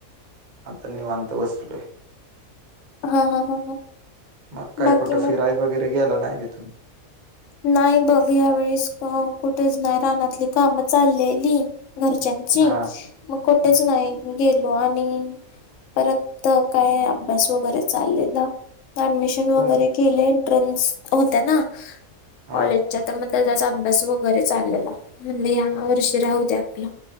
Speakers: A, on the right; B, on the left.
A: आतानीवंत बसतलय.
B: हा हा हा हा.
A: मग काय
B: बाकी
A: कुठं
B: मग
A: फिराई वगैरे गेला नाही भथून.
B: नाही बघ ह्या वेळीस कुठेच नाही रानातली कामं चाललेली घरच्यां जची
A: हा
B: मग कुठेच
A: हा
B: नाही गेलो आणि परत काय अभ्यास. वगैरे चालले ऍडमिशन वगैरे
A: तुम
B: केले एंट्रन्स होत्या ना
A: हा
B: कॉलेजचा तर मग त्या त्याचा अभ्यास वगैरे चाललेला म्हणजे ह्या वर्षी राहू दे आपलं.